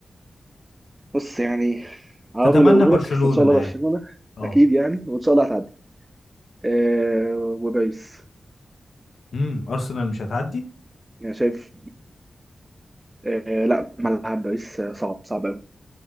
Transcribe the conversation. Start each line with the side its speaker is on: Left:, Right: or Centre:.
Right: بص يعني هقول
Left: تتمنى
Right: لو اقوله
Left: برشلونه
Right: لك بس ان شاء
Left: انا
Right: الله
Left: عارف
Right: برشلونه
Left: اه
Right: اكيد يعني وان شاء الله هتعدي أه وباريس
Left: امم ارسنال مش هتعدي
Right: يعني شايف أه لا ملعب باريس آه، صعب صعب قوي